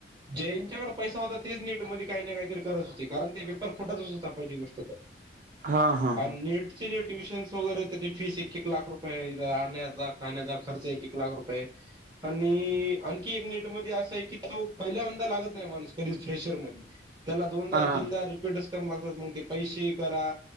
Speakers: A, on the right; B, on the right.
A: ज्यांच्याकडे पैसा तेच नेटमध्ये काय ना करत होते कारण ते पेपर फुटतच हुता पहिली गोष्ट तर.
B: हा हा.
A: नीट चे- जे ट्युशन्स वगैरे त्याची फीस एक एक लाख रुपये आय राहण्याचा खाण्याचा खर्च एक एक लाख रुपय आय. आणि आणखी एक नीट मध्ये असा आय की तो पहिल्यांदा लागत नाय माणूस कधी प्रेशर मध्ये. त्याला दोनदा
B: हां, हां.
A: तीनदा रिपीटच <unintelligible> लागतात मग ते पैसे करा